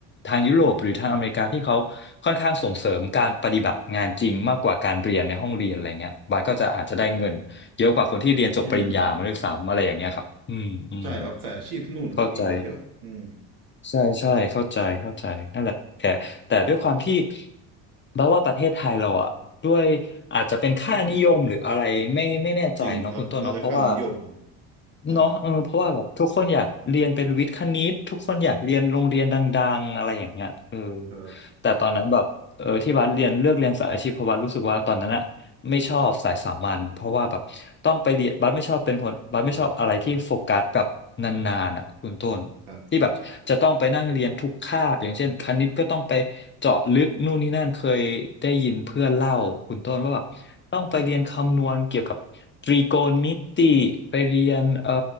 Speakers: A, on the left (about 25°); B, on the right (about 65°).
A: ทางยุโรปหรือทางอเมริกาที่เขาค่อนข้างส่งเสริมการปฏิบัติงานจริงมากกว่าการเรียนในห้องเรียนอะไรเงี้ยบัสก็จะอาจจะได้เงินเยอะกว่าคนที่เรียนจบปริญญามาด้วยซ้ำอะไรอย่างเงี้ยครับอืมอืม
B: อืมใช่ครับสายอาชีพที่นู่นน่ะดีกว่าเยอะอืม
A: เข้าใจ ใช่ใช่เข้าใจเข้าใจนั่นแหละแต่แต่ด้วยความที่บัดว่าประเทศไทยเราอะด้วยอาจจะเป็นค่านิยมหรืออะไรไม่ไม่แน่ใจเนาะคุณต้นเนาะเพราะว่า
B: จริงครับน่าจะค่านิยม ใช่ครับ
A: เนาะเออเพราะว่าแบบทุกคนอยากเรียนเป็นวิทย์คณิตทุกคนอยากเรียนโรงเรียนดังๆอะไรอย่างเงี้ยเออ
B: ครับ
A: แต่ตอนนั้นแบบเออที่บัดเรียนเลือกเรียนสายอาชีพเพราะบัดรู้สึกว่าตอนนั้นอะไม่ชอบสายสามัญเพราะว่าแบบต้องไปเรียนบัดไม่ชอบเป็นคนบัดไม่ชอบอะไรที่โฟกัสแบบนานๆอะคุณต้น
B: อ๋อครับ
A: ที่แบบจะต้องไปนั่งเรียนทุกคาบอย่างเช่นคณิตก็ต้องไปเจาะลึกนู่นนี่นั่นเคยได้ยินเพื่อนเล่าคุณต้นว่าแบบต้องไปเรียนคำนวณเกี่ยวกับตรีโกณมิติไปเรียนเอ่อ